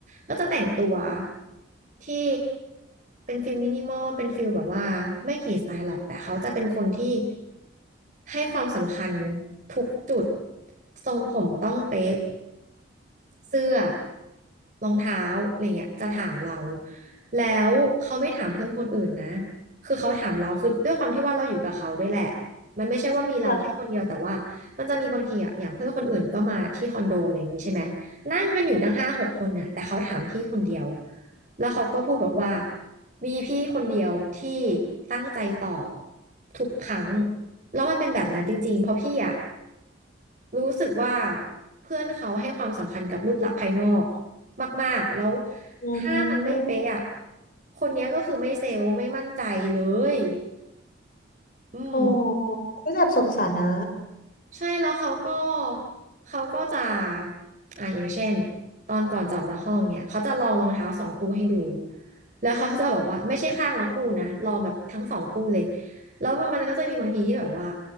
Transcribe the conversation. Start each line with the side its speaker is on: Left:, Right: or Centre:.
Right: ก็จะแต่งตัวที่เป็นฟิลมินิมอลเป็นฟิลแบบว่าไม่กี่สไตล์หรอกแต่เขาจะเป็นคนที่ให้ความสำคัญทุกจุดทรงผมต้องเป๊ะเสื้อรองเท้าอะไรเงี้ยจะถามเราแล้วเขาไม่ถามเพื่อนคนอื่นนะคือเขาถามเราคือด้วยความที่ว่าเราอยู่กับเขาด้วยแหละมันไม่ใช่ว่ามีเราแค่คนเดียวแต่ว่ามันจะมีบางทีอ่ะอย่างเพื่อนคนอื่นก็มาที่คอนโดอะไรอย่างนี้ใช่ไหม
Left: ค่ะ
Right: นั่งกันอยู่ตั้งห้าหกคนน่ะแต่เขาถามพี่คนเดียวแล้วเขาก็พูดบอกว่ามีพี่คนเดียวที่ตั้งใจตอบทุกครั้งแล้วมันเป็นแบบนั้นจริงๆเพราะพี่อะรู้สึกว่าเพื่อนเขาให้ความสำคัญกับรูปลักษณ์ภายนอกมากๆแล้ว
Left: อื
Right: ถ้ามันไม่เป๊ะอะ
Left: ม
Right: คนเนี้ยก็คือไม่เซลล์ไม่มั่นใจเลยอืม
Left: อ๋อไม่แบบสงสารนะ
Right: ใช่แล้วเขาก็เขาก็จะอ่าอย่างเช่นตอนก่อนจะออกจากห้องเนี่ยเขาจะลองรองเท้าสองคู่ให้ดูแล้วเขาจะบอกว่าไม่ใช่ข้างละคู่นะลองแบบทั้งสองคู่เลยแล้วมันก็จะมีบางทีที่แบบว่า